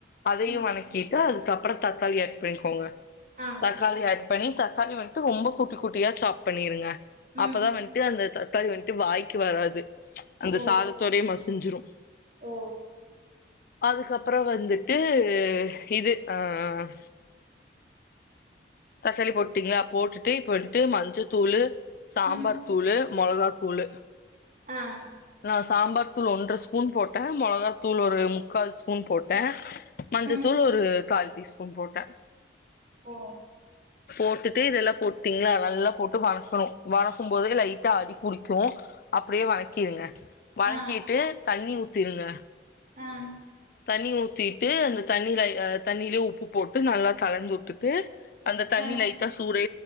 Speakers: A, on the left; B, on the right.
A: அதையும்
B: ம்
A: வணக்கிட்டா அதுக்கு அப்புறம் தக்காளி ஆட் பண்ணிக்கோங்க
B: ஆ
A: தக்காளிய பண்ணி தக்காளி வந்துட்டு ரொம்ப குட்டி குட்டியா சாப்ப பண்ணிருங்க
B: ம்
A: அப்பதான் வந்துட்டு அந்த தக்காளி வந்துட்டு வாய்க்கு வராது அந்த
B: ஓ
A: சாதத்தோடேயே மசூ ஞ்சுறும்
B: ஓ
A: அதுக்கப்பறம் வந்துட்டு இது ஆஹ் தக்காளி போட்டீங்களா போட்டுட்டு போயிட்டு மஞ்ச தூளு சாம்பார்
B: ம்
A: தூளு மொளகா தூளு
B: ஆஹ்
A: நான் சாம்பார் தூள் ஒன்ற ஸ்பூன் போட்டேன் மொளகா தூள் ஒரு முக்கால் ஸ்பூன் போட்டேன் மஞ்சத்தூள்
B: ம்
A: ஒரு கால் டீஸ்பூன் போட்டேன்
B: போ
A: போட்டுட்டு இதெல்லாம் போட்டீங்களா நல்லா போட்டு வனக்கணும் வனக்கும் போது லைட்டா அடி புடிக்கும் அப்படியே வனக்கிடுங்க வனக்கிட்டு
B: ஆ
A: தண்ணி ஊ திருங்க
B: ஆஹ்
A: தண்ணி ஊத்திட்டு அந்த தண்ணி அஹ் தண்ணியிலேயே உப்பு போட்டு நல்லா தளந்து உட்டுட்டு அந்த தண்ணி
B: ஆ
A: லைட்டா சூடே